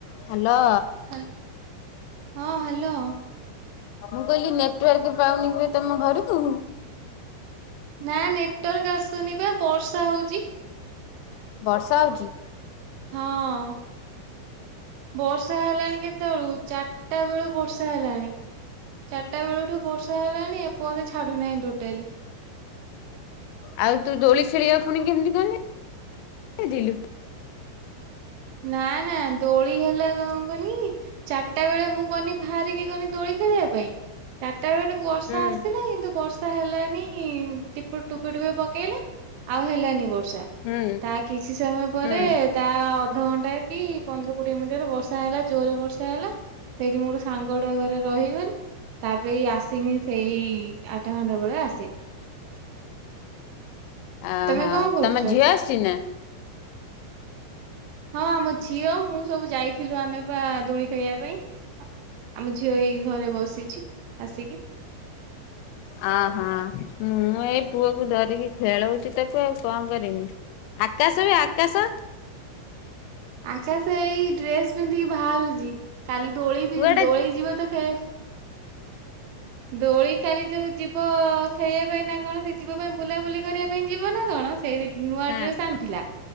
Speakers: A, on the left (about 90°); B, on the right (about 80°).
A: <inaudible> Hello.
B: ହାଲ୍ ହଁ hello.
A: ମୁଁ କହିଲି ନେଟୱାର୍କ ପାଉନି କି ତମ ଘରକୁ?
B: ନା ନେଟୱାର୍କ ଆସୁନି ବା ବର୍ଷା ହଉଚି।
A: ବର୍ଷା ହଉଚି?
B: ହଁ ବର୍ଷା ହେଲାଣି କେତେବେଳୁ ଚାରିଟା ବେଳୁ ବର୍ଷା ହେଲାଣି। ଚାରିଟା ବେଳଠୁ ବର୍ଷା ହେଲାଣି ଏ ଏ ପର୍ଯ୍ୟନ୍ତ ଛାଡୁନାହିଁ ଟୋଟାଲି।
A: ଆଉ ତୁ ଦୋଳି ଖେଳିବା କୁ ପୁଣି କେମତି କଣ ଯାଇ ଥିଲୁ।
B: ନା ନା ଦୋଳି ହେଲା କଣ କନି ଚାରିଟା ବେଳେ ମୁଁ ଗନି ବାହାରିକି ଗନି ଦୋଳି ଖେଳିବା ପାଇଁ ଚା ଚାରିଟା ବେଳଟୁ ବର୍ଷା
A: ହୁଁ।
B: ଆସିଲା କିନ୍ତୁ ବର୍ଷା ହେଲା ନି ତିପେ ଟୁପେ ଟୁପେ ପକେଇଲା। ଆଉ ହେଲାନି ବର୍ଷା
A: ହୁଁ
B: ତା କିଛି ସମୟ ପରେ
A: ହୁଁ
B: ତା ଅଧଘଣ୍ଟା କି ପନ୍ଦର କୋଡିଏ ମିନିଟ ରେ ବର୍ଷା ହେଲା ଜୋରରେ ବର୍ଷା ହେଲା ସେଇଠି ମୋର ସାଙ୍ଗଟା ଘରେ ରହିଗଲି ତାପରେ ଏଇ ଆସିନି ସେଇ ଆଠ ଘଣ୍ଟା ବେଳେ ଆସିନି।
A: କଁ
B: ତମେ
A: ହଁ
B: କଣ କରୁଛ?
A: ତମ ଝିଅ ଆସଛିନା?
B: ହଁ ଆମ ଝିଅ ମୁଁ ସବୁ ଯାଇଥିଲୁ ଆମେ ବା ଦୋଳି ଖେଳିଆ ପାଇଁ ଆମ ଝିଅ ଏଇ ଘରେ ବସିଛି ଆସିକି।
A: ଆ ହଁ ମୁଁ ଏଇ ପୁଅକୁ ଧରିକି ଖେଳଉଛି ତାକୁ ଆଉ କଣ କରିମି ଆକାଶ ବି ଆକାଶ
B: ଆକାଶ ଏଇ ଡ୍ରେସ ପିନ୍ଧିକି ବାହାରୁଛିି କାଲି ଦୋଳି
A: କୁଆଡେ
B: ବି ଦୋଳି ଯିବ ତ ଖେ ଦୋଳିିକାଲି ଯୋଉ ଯି ବ ଖେଳିବା ପାଇଁ ନା କଣ ସେ ଯିବ ପାଇଁ ବୁଲାବୁଲି କରିବା ପାଇଁ ଯିବ ନା କଣ ସେଇ ବିପ ନୂଆ
A: ହଁ
B: ଡ୍ରେସ ଆଣିଥିଲା